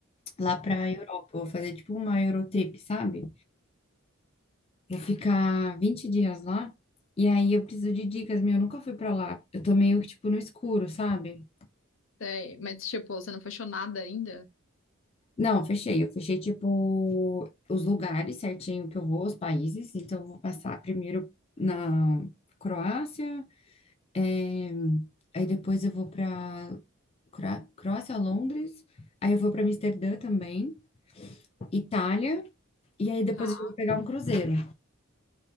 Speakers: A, on the left; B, on the left.
A: lá para a Europa. Eu Vou fazer tipo uma Eurotrip, sabe? Vou ficar 20 dias lá, e aí eu preciso de dicas, meu. Eu nunca fui para lá. Eu tô meio que tipo no escuro, sabe?
B: sei. Mas, tipo, você não fechou nada ainda?
A: Não, eu fechei. Eu fechei, tipo, os lugares certinho que eu vou, os países. Então, eu vou passar primeiro na Croácia, eh, aí depois eu vou para Croácia, Londres, aí eu vou para Amsterdã também, Itália, e aí depois
B: Tá.
A: eu vou pegar um cruzeiro.